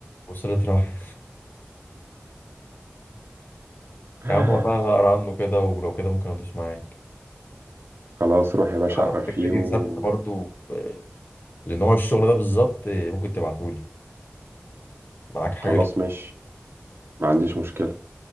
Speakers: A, on the left; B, on the right.
A: وصله رحم <laughs>
B: <laughs>
A: يا عم والله هقرا عنه كده ولو كده ممكن ادوس معاك
B: خلاص روح يا باشا
A: انا
B: اقرا
A: عندك
B: فيه
A: فيديو
B: و...
A: سبح برضه آه، لنوع الشغل ده بالظبط آه، ممكن تبعتهولي معاك حاجه
B: خلاص ماشي ما عنديش مشكله